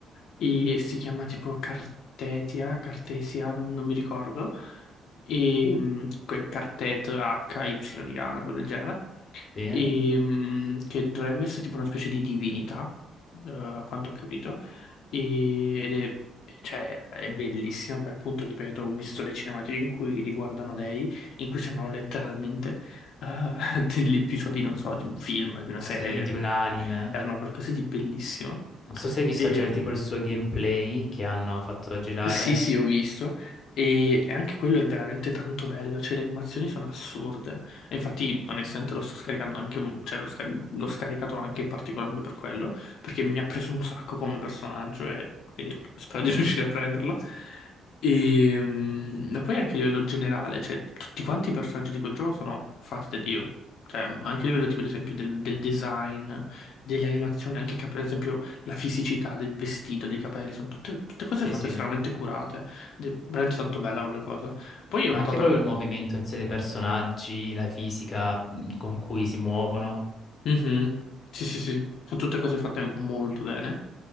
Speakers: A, on the left; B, on the left.
A: e si chiama tipo Cartetia, Cartesia, non non mi ricordo, e mm, que- Cartet H, Y, A, una roba del genere,
B: Sì.
A: e, mh, che dovrebbe essere tipo una specie di divinità, eh, a quanto ho capito, e- ed è, cioè, è bellissima, poi appunto, ripeto, ho visto le cinematiche in cui riguardano lei, in cui sembrano letteralmente eh, <laughs> degli episodi, non so, di un film, di una
B: Sì,
A: serie,
B: di un anime.
A: erano qualcosa di bellissimo.
B: Non so se hai visto
A: Ehm,
B: già il- tipo il suo gameplay che hanno fatto girare.
A: sì, sì, ho visto. E, e anche quello è veramente tanto bello. Cioè, le animazioni sono assurde. E infatti, onestamente, lo sto scaricando anche. Cioè, l'ho scar- l'ho scaricato anche in particolar modo per quello. Perché mi ha preso un sacco come personaggio. E quindi spero di <laughs> riuscire a prenderlo. E, mm, ma poi anche a livello generale, cioè, tutti quanti i personaggi di quel gioco sono fatti da Dio. Cioè, anche a livello, tipo, ad esempio, del, del design, delle animazioni, anche, per esempio la fisicità del vestito, dei capelli, sono tutte, tutte cose
B: Sì,
A: fatte
B: sì.
A: estremamente
B: Ma
A: curate. Ed è veramente tanto bella come cosa. Poi io
B: anche
A: ho notato.
B: proprio il movimento in sé dei personaggi, la fisica mh, con cui si muovono.
A: Mhm. Sì, sì, sì, sono tutte cose fatte molto bene.